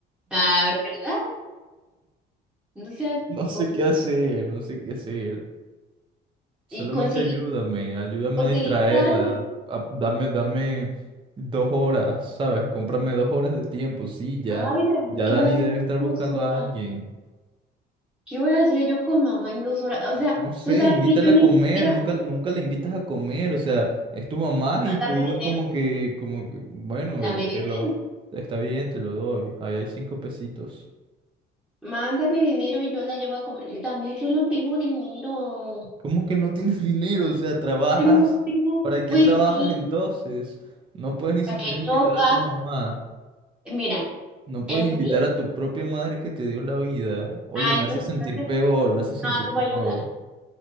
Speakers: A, in the centre; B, on the right.
A: Ah, ¿verdad? No seas
B: No sé
A: tonto.
B: qué hacer, no sé qué hacer. Solamente
A: Y conseguí,
B: ayúdame, ayúdame
A: conseguiste
B: a distraerla.
A: a alguien.
B: a- dame, dame dos horas, ¿sabes? Cómprame dos horas de tiempo, sí, ya,
A: Ay, David,
B: ya
A: ¿qué
B: Dani
A: voy a hacer
B: debe
A: en
B: estar
A: dos
B: buscando
A: horas?
B: a alguien.
A: ¿Qué voy a hacer yo con mamá en dos horas? O sea,
B: No sé,
A: tú sabes
B: invítala
A: que yo ni
B: a comer,
A: siquiera,
B: nunca, nunca la invitas a comer, o sea, es tu mamá y
A: ah,
B: tú
A: dame dinero,
B: es como que, como que, bueno,
A: dame dinero.
B: te lo, está bien, te lo doy, ahí hay cinco pesitos.
A: Mándame dinero y yo la llevo a comer. Daniel, yo no tengo dinero.
B: ¿Cómo que no tienes <laughs> dinero? O sea, trabajas,
A: Yo no tengo,
B: ¿para qué
A: pues
B: trabajas
A: sí,
B: entonces? No puedes ni
A: para
B: siquiera
A: que
B: invitar
A: chocas.
B: a tu mamá,
A: Mira,
B: no puedes
A: en
B: invitar
A: mí,
B: a tu propia madre que te dio la vida. Oye,
A: ay,
B: me hace
A: pues entonces
B: sentir peor, me hace sentir
A: no te
B: peor,
A: voy a ayudar.